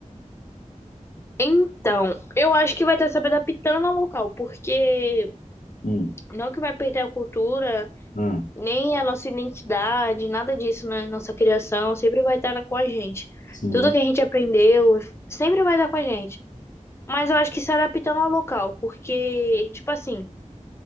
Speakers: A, on the left; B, on the left.
A: Então, eu acho que vai estar se adaptando ao local, porque
B: Hum,
A: não que vai perder a cultura,
B: hum,
A: nem a nossa identidade, nada disso na nossa criação, sempre vai estar com a gente.
B: sim,
A: Tudo que a gente aprendeu sempre vai estar com a gente. Mas eu acho que se adaptando ao local, porque, tipo assim,